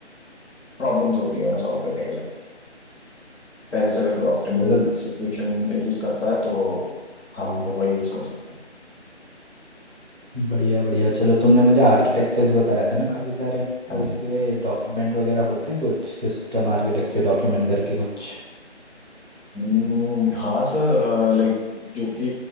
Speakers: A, on the left; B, on the right.
A: प्रॉब्लम्स होती हैं उन्हें सॉल्व करने के लिए पहले से अगर कोई ऑप्टिमल
B: चलो
A: सॉल्यूशन एग्जिस्ट करता है तो हम वही यूज कर सकते हैं
B: बढ़िया बढ़िया चलो तुमने मुझे आर्किटेक्चर्स बताया था ना काफ़ी सारे
A: हाँ
B: तो
A: जी
B: इसके डॉक्यूमेंट वगैरह होते हैं कुछ सिस्टम आर्किटेक्चर डॉक्यूमेंट करके कुछ
A: हम्म, हाँ सर लाइक जो कि